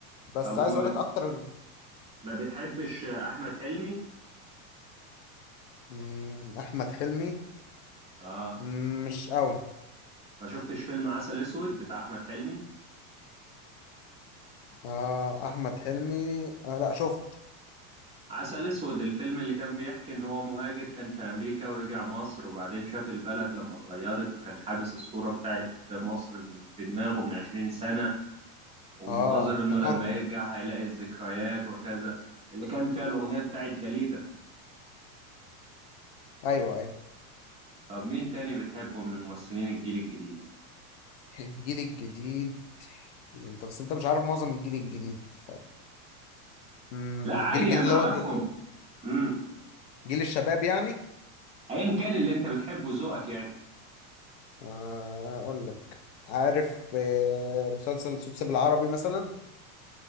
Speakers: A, on the left; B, on the right.
A: بس
B: طب وما
A: عايز اقول لك
B: بت...
A: اكتر
B: ما بتحبش آه، أحمد حلمي؟
A: مم، احمد حلمي
B: آه
A: مم، مش قوي
B: ما شفتش فيلم عسل أسود بتاع أحمد حلمي
A: آه احمد حلمي آه لا شفت
B: عسل اسود الفيلم اللي كان بيحكي ان هو مهاجر كان في امريكا ورجع مصر وبعدين شاف البلد لما اتغيرت وكان حابس الصورة بتاعت مصر من في دماغه من عشرين سنة ومنتظر
A: اه افتكرته
B: انه لما يرجع هيلاقي الذكريات وكذا اللي كان فيها الاغنية بتاعت داليدا
A: ايوه ايوه
B: طب مين تاني بتحبه من الممثلين الجيل الجديد
A: الجيل الجديد انت بس انت مش عارف معظم الجيل الجديد طب مم،
B: لا عادي
A: الجيل الجديد
B: انا
A: اللي
B: اعرفهم
A: هو الجيل,
B: امم
A: جيل الشباب يعني
B: ايا كان اللي انت بتحبه ذوقك يعني
A: آه اقول لك عارف آه مسلسل سوتس بالعربي مثلا